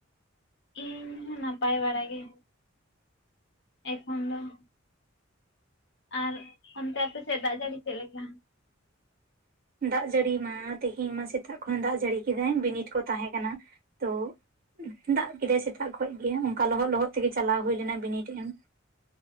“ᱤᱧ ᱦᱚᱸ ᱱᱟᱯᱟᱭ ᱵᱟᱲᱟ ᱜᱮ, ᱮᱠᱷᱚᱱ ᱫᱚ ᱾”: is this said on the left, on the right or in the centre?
Left